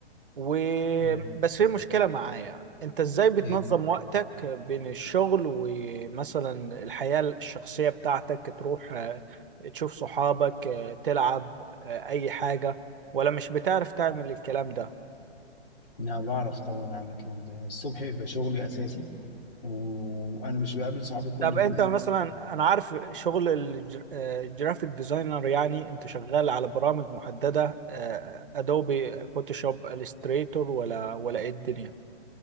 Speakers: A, on the right; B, on the left.
A: و
B: تمام
A: بس في مشكلة معايا انت ازاي بتنظم
B: ايه بقى؟
A: وقتك بين الشغل ومثلا الحياة الشخصية بتاعتك تروح آه، تشوف صحابك آه، تلعب آه، اي حاجة ولا مش بتعرف تعمل الكلام ده
B: انا بعرف طبعا اعمل الكلام ده الصبح بيبقى شغلي اساسي وانا مش بقابل صحابي كل
A: طب
B: يوم
A: انت
B: يعني
A: مثلا انا عارف شغل الج- آه، الجرافيك ديزاينر يعني انت شغال على برامج محددة ادوبي فوتوشوب الستريتور ولا ولا ايه الدنيا